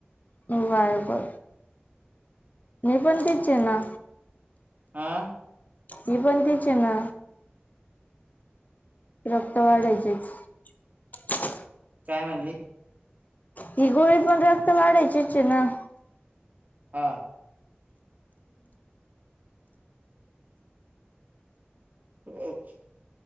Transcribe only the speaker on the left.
बायबर मी पण तीच हे ना.
हि पण तीच हे ना? रक्त वाढायचीच
ही गोळी पण रक्त वाढायचीच हे ना